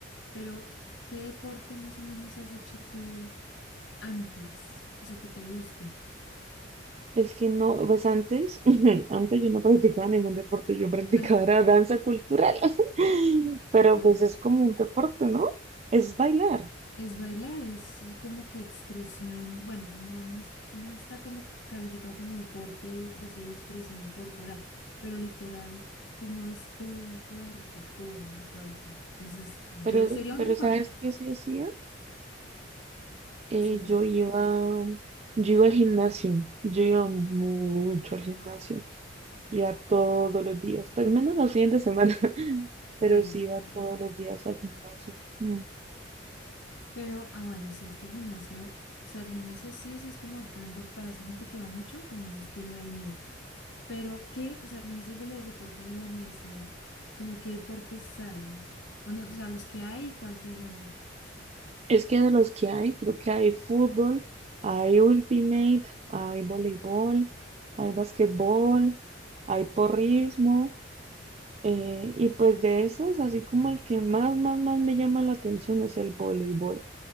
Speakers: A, on the left; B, on the right.
A: pero ¿qué deporte más o menos has hecho tú antes? O sea, que te guste.
B: Es que no, pues antes, <laughs> antes yo no practicaba ningún deporte, yo practicaba
A: <laughs> Ah,
B: <laughs> era danza cultural, <laughs> pero
A: Ah,
B: pues
A: bueno.
B: es como un deporte, ¿no? Es bailar,
A: Es bailar, es como que expresión, bueno, no, no, es- no está como calificado como deporte decir expresión corporal, pero literal, tú mueves todo el cuerpo, todo el cuerpo. Entonces, yo
B: pero,
A: sería un
B: pero
A: deporte.
B: ¿sabes qué sí hacía? Eh,
A: Sí, sí.
B: yo iba, yo iba al gimnasio, yo iba mucho al gimnasio, iba todos los días, pues menos los fines de semana, <laughs> pero
A: Ay, no
B: sí
A: sé
B: iba
A: por qué.
B: todos los días al gimnasio. Mm.
A: Pero, ah, bueno, sí, es que el gimnasio, o sea, el gimnasio sí o sí es como de pronto para esa gente que va mucho, como un estilo de vida. Pero, ¿qué? O sea, me dices de los deportes de la universidad, como qué deportes hay. O, no, o sea, los que hay, ¿cuál te llama?
B: Es que de los que hay, creo que hay fútbol, hay ultimate, hay voleibol, hay basquetbol, hay porrismo. eh, y pues de esos, así como el que más, más, más me llama la atención es el voleibol.